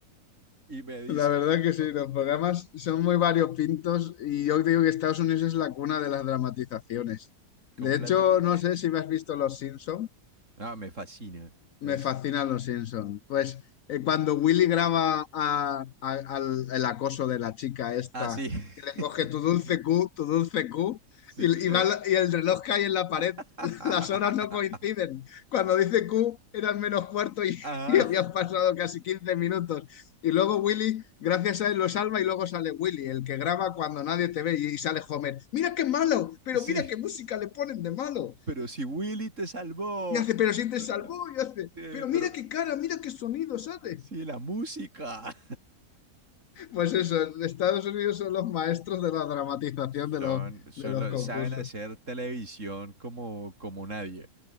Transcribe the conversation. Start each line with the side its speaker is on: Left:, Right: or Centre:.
Right: y me dice,
Left: La verdad que sí,
Right: no, no,
Left: los programas son muy variopintos y yo digo que Estados Unidos es la cuna de las dramatizaciones.
Right: completamente.
Left: De hecho, no sé si me has visto Los Simpson.
Right: Ah, me fascina. Es
Left: Me fascinan los Simpson. Pues eh, cuando Willy graba a- a- al, el acoso de la chica esta,
Right: así.
Left: que le
Right: <laughs>
Left: coge tu dulce Q, tu dulce Q,
Right: Sí.
Left: y,
Right: eh.
Left: y va la- y el reloj cae en la pared,
Right: <laughs>
Left: <laughs> las horas no coinciden. Cuando dice Q eran menos cuarto y,
Right: Ah,
Left: <laughs> y habían pasado casi 15 minutos. Y luego Willy, gracias a él, lo salva y luego sale Willy, el que graba cuando nadie te ve y, y sale Homer. Mira qué malo, pero
Right: sí.
Left: mira qué música le ponen de malo.
Right: Pero si Willy te salvó.
Left: Y hace, pero si te
Right: Pero,
Left: salvó,
Right: la mu-
Left: y hace,
Right: eh,
Left: pero mira
Right: pero
Left: qué cara, mira qué sonido sale.
Right: si la música.
Left: Pues eso, Estados Unidos son los maestros de la dramatización
Right: Son,
Left: de los,
Right: son
Left: de los
Right: los,
Left: concursos.
Right: saben hacer televisión como, como nadie.